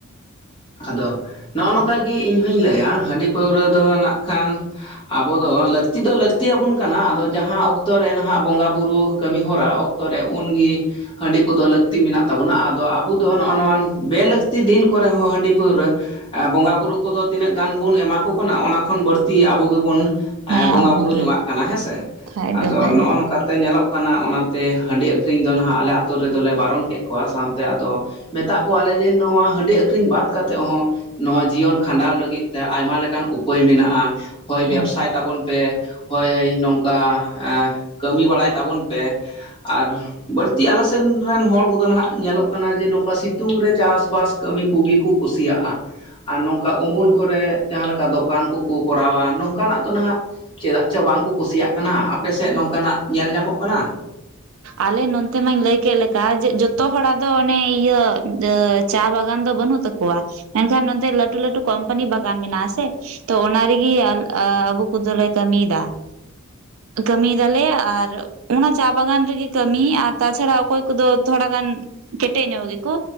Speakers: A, on the left (about 20°); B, on the right (about 70°).
A: ᱾ ᱟᱫᱚ ᱱᱚᱜᱼᱚ ᱱᱚᱝᱠᱟ ᱜᱮ ᱤᱧ ᱦᱚᱧ ᱞᱟᱹᱭᱟ ᱦᱟᱺᱰᱤ ᱯᱟᱹᱣᱨᱟᱹ ᱫᱚ ᱱᱟᱜ ᱠᱷᱟᱱ ᱟᱵᱚ ᱫᱚ ᱞᱟᱹᱠᱛᱤ ᱫᱚ ᱞᱟᱹᱠᱛᱤ ᱟᱵᱚᱱ ᱠᱟᱱᱟ᱾ ᱟᱫᱚ ᱡᱟᱦᱟᱸ ᱚᱠᱛᱚ ᱨᱮ ᱱᱟᱦᱟᱜ ᱵᱚᱸᱜᱟᱼᱵᱩᱨᱩ ᱠᱟᱹᱢᱤ ᱦᱚᱨᱟ ᱚᱠ ᱛᱚ ᱨᱮ᱾ ᱩᱱᱜᱮ ᱦᱟᱺᱰᱤ ᱠᱚᱫᱚ ᱞᱟᱹᱠᱛᱤ ᱢᱮᱱᱟᱜ ᱛᱟᱵᱚᱱᱟ ᱟ ᱟᱫᱚ ᱟᱵᱚ ᱫᱚ ᱱᱚᱜᱼᱚ ᱱᱚᱣᱟ ᱵᱮ ᱞᱟᱹᱠᱛᱤ ᱫᱤᱱ ᱠᱚᱨᱮ ᱦᱚᱸ ᱦᱟᱺᱰᱤ ᱯᱟᱹᱣᱨᱟᱹ ᱵᱚᱸᱜᱟᱼᱵᱩᱨᱩ ᱠᱚᱫᱚ ᱛᱤᱱᱟᱹᱜ ᱜᱟᱱ ᱵᱚᱱ ᱮᱢᱟ ᱠᱚ ᱠᱟᱱᱟ᱾ ᱚᱱᱟ ᱠᱷᱚᱱ ᱵᱟᱹᱲᱛᱤ ᱟᱵᱚ ᱜᱮᱵᱚᱱ
B: ᱦᱮᱸ
A: ᱵᱚᱸᱜᱟ
B: ᱟᱵᱚᱜᱮ
A: ᱵᱩᱨᱩ ᱡᱚᱧᱟᱜ ᱠᱟᱱᱟ ᱦᱮᱸᱥᱮ,
B: ᱠᱷᱟᱡ
A: ᱟᱫᱚ
B: ᱫᱚ ᱠᱷᱟᱡ
A: ᱱᱚᱜᱼᱚ
B: ᱫᱚ
A: ᱱᱚᱝᱠᱟ ᱛᱮ ᱧᱮᱞᱚᱜ ᱠᱟᱱᱟ ᱚᱱᱟᱛᱮ ᱦᱟᱺᱰᱤ ᱟᱹᱠᱷᱨᱤᱧ ᱫᱚ ᱱᱟᱦᱟᱜ ᱟᱞᱮ ᱟᱹᱛᱩ ᱨᱮᱫᱚᱞᱮ ᱵᱟᱨᱚᱱ ᱠᱮᱫ ᱠᱚᱣᱟ, ᱥᱟᱶ ᱛᱮ ᱟᱫᱚ ᱢᱮᱛᱟᱜ ᱠᱚᱣᱟᱞᱮ ᱡᱮ ᱱᱚᱣᱟ ᱦᱟᱺᱰᱤ ᱟᱹᱠᱷᱨᱤᱧ ᱵᱟᱫ ᱠᱟᱛᱮᱫ ᱦᱚᱸ ᱱᱚᱣᱟ ᱡᱤᱭᱚᱱ ᱠᱷᱟᱸᱰᱟᱣ ᱞᱟᱹᱜᱤᱫ ᱛᱮ ᱟᱭᱢᱟ ᱞᱮᱠᱟᱱ ᱩᱯᱟᱹᱭ ᱢᱮᱱᱟᱜᱼᱟ ᱾ ᱦᱳᱭ
B: ᱦᱮᱸ
A: ᱵᱮᱵᱥᱟᱭ ᱛᱟᱵᱚᱱ ᱯᱮ, ᱦᱳᱭ ᱱᱚᱝᱠᱟ ᱠᱟᱹᱢᱤ ᱵᱟᱰᱟᱭ ᱛᱟᱵᱚᱱ ᱯᱮ ᱾ ᱟᱨ ᱵᱟᱹᱲᱛᱤ ᱟᱞᱮ ᱥᱮᱫ ᱨᱮᱱ ᱦᱚᱲ ᱠᱚᱫᱚ ᱱᱟᱦᱟᱜ ᱧᱮᱞᱟᱜ ᱠᱟᱱᱟ ᱡᱮ, ᱱᱚᱝᱠᱟ ᱥᱤᱛᱩᱝ ᱨᱮ ᱪᱟᱥᱵᱟᱥ ᱠᱟᱹᱢᱤ ᱠᱚᱜᱮ ᱠᱚ ᱠᱩᱥᱤᱭᱟᱜᱼᱟ ᱾ ᱟᱨ ᱱᱚᱝᱠᱟ ᱩᱢᱩᱞ ᱠᱚᱨᱮ ᱡᱟᱦᱟᱸ ᱞᱮᱠᱟ ᱫᱚᱠᱟᱱ ᱠᱚᱠᱚ ᱠᱚᱨᱟᱣᱟ ᱱᱚᱝᱠᱟᱱᱟᱜ ᱫᱚ ᱱᱟᱦᱟᱜ ᱪᱮᱫᱟᱜ ᱪᱚ ᱵᱟᱝᱠᱚ ᱠᱩᱥᱤᱭᱟᱜ ᱠᱟᱱᱟ᱾ᱟᱯᱮᱥᱮᱫ ᱱᱚᱝᱠᱟᱱᱟᱜ ᱧᱮᱞ ᱧᱟᱢᱚᱜ ᱠᱟᱱᱟ?
B: ᱟᱞᱮ ᱱᱚᱱᱛᱮ ᱢᱟᱧ ᱞᱟᱹᱭ ᱠᱮᱫ ᱞᱮᱠᱟ ᱡᱮ ᱡᱚᱛᱚ ᱦᱚᱲᱟᱜ ᱫᱚ ᱚᱱᱮ ᱤᱭᱟᱹ ᱪᱟ ᱵᱟᱜᱟᱱ ᱫᱚ ᱵᱟᱹᱱᱩᱜ ᱛᱟᱠᱚᱣᱟ᱾ ᱢᱮᱱᱠᱷᱟᱱ ᱱᱚᱛᱮ ᱞᱟᱹᱴᱩ ᱞᱟᱹᱴᱩ ᱠᱳᱢᱯᱟᱱᱤ ᱵᱟᱜᱟᱱ ᱢᱮᱱᱟᱜ ᱟᱥᱮ ᱾ ᱛᱚ ᱚᱱᱟ ᱨᱮᱜᱮ ᱟᱵᱚ ᱠᱚᱫᱚᱞᱮ ᱠᱟᱹᱢᱤᱭᱮᱫᱟ ᱾ ᱠᱟᱹᱢᱤᱭᱮᱫᱟᱞᱮ ᱟᱨ ᱚᱱᱟ ᱪᱟ ᱵᱟᱜᱟᱱ ᱨᱮᱜᱮ ᱠᱟᱹᱢᱤ ᱟᱨ ᱛᱟᱪᱷᱟᱲᱟ ᱚᱠᱚᱭ ᱠᱚᱫᱚ ᱛᱷᱚᱲᱟ ᱜᱟᱱ ᱠᱮᱴᱮᱡ ᱧᱚᱜ ᱜᱮᱠᱚ